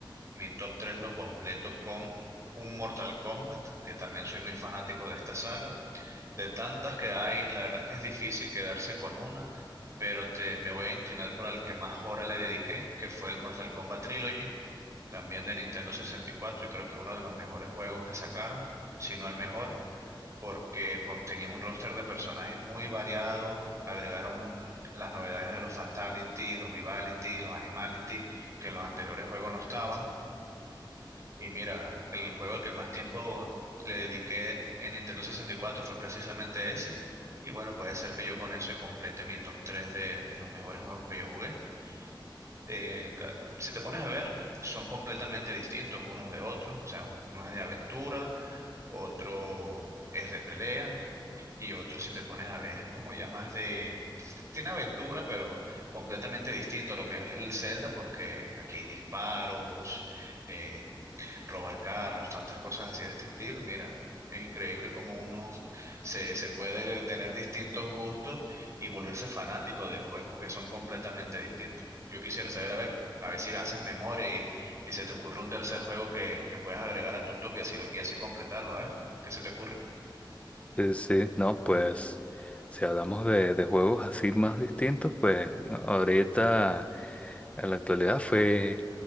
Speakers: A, on the right; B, on the left.
A: Mi top 3 lo completo con un Mortal Kombat, que también soy muy fanático de esta saga. De tantas que hay, la verdad es que es difícil quedarse con una, pero te, me voy a inclinar por el que más hora le dediqué, que fue el Mortal Kombat Trilogy, también de Nintendo 64, y cuatro, y creo que uno de los mejores juegos que sacaron, si no el mejor, porque contenía un roster de personajes muy variados, agregaron las novedades de los Fatalities, los Vivalities, los Animalities, que en los anteriores juegos no estaban y mira, el juego al que más tiempo le dediqué en Nintendo 64 fue precisamente ese. Y bueno, puede ser que yo con eso complete mi top 3 de, de los mejores juegos que yo jugué. Eh, ca- si te pones a ver, son completamente distintos unos de otros. O sea, un- uno es de aventura, otro es de pelea y otro, si te pones a ver, es como ya más de... Tiene aventura, pero completamente distinto a lo que es el Zelda porque aquí hay disparos eh, robar carros, tantas cosas así de este estilo. Y mira, es increíble cómo uno se, se puede tener distintos gustos y volverse fanático de juegos que son completamente distintos. Yo quisiera saber, a ver, a ver si haces memoria y, y se te ocurre un tercer juego que, que puedas agregar a tu top y así, lo- y así completarlo, a ver, ¿qué se te ocurre?
B: Sí, sí, no, pues si hablamos de, de juegos así más distintos, pues ahorita en la actualidad fue,